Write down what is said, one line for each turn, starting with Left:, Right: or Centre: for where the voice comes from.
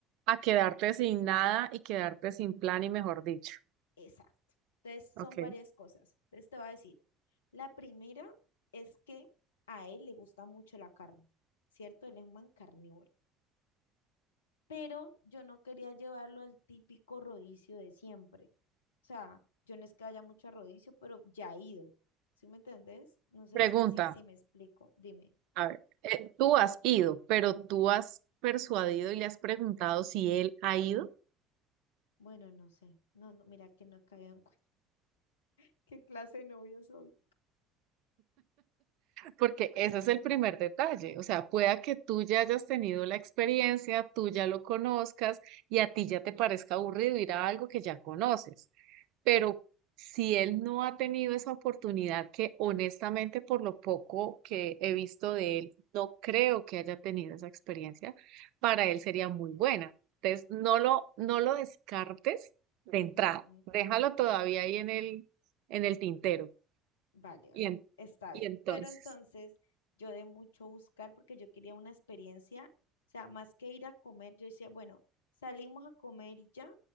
Right: a quedarte sin nada y quedarte sin plan y mejor dicho.
Left: Exacto. Entonces, son
Right: Ok.
Left: varias cosas. Entonces, te voy a decir, la primera es que a él le gusta mucho la carne, ¿cierto? Él es un man carnívoro. pero yo no quería llevarlo al típico rodicio de siempre. O sea, yo no es que haya mucho a rodicio, pero ya he ido. ¿Sí me entendés? No sé
Right: Pregunta,
Left: si, si, si me explico. Dime.
Right: a ver, eh, tú has ido, pero tú has persuadido y le has preguntado si él ha ido.
Left: Bueno, no sé. No, no, mira que no he caído en cuenta. <laughs> ¿Qué clase de novia soy?
Right: Porque ese es el primer detalle, o sea, pueda que tú ya hayas tenido la experiencia, tú ya lo conozcas y a ti ya te parezca aburrido ir a algo que ya conoces, pero si él no ha tenido esa oportunidad, que honestamente por lo poco que he visto de él, no creo que haya tenido esa experiencia, para él sería muy buena. Entonces, no lo, no lo descartes de entrada,
Left: Ujú.
Right: déjalo todavía ahí en el, en el tintero.
Left: Vale, vale,
Right: Y, en-
Left: está
Right: y
Left: bien.
Right: entonces,
Left: Pero entonces yo de mucho buscar porque yo quería una experiencia, o sea, más que ir a comer, yo decía, bueno, salimos a comer y ya,